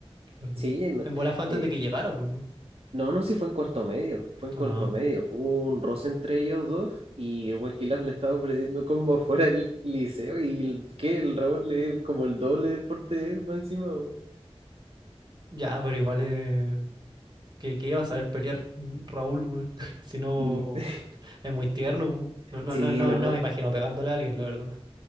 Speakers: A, on the right; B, on the right.
A: la ¿verdad?
B: Sí, no,
A: En bola fue antes
B: eh,
A: de que llegara, pues, ¿no?
B: no, no, sí fue en cuarto medio, fue en
A: Ah,
B: cuarto medio. Hubo un roce entre ellos dos y el Waikilaf le estaba ofreciendo combo afuera del liceo y el, que el Raúl le como el doble de porte de él, más encima. bo.
A: ya, pero igual. es. ¿Qué, qué vas a ver pelear mm, Raúl, weón? <laughs> Si no,
B: Mm, <laughs>
A: es muy tierno, po. No, no,
B: Sí,
A: no, no,
B: no,
A: no me imagino pegándole a alguien, la verdad.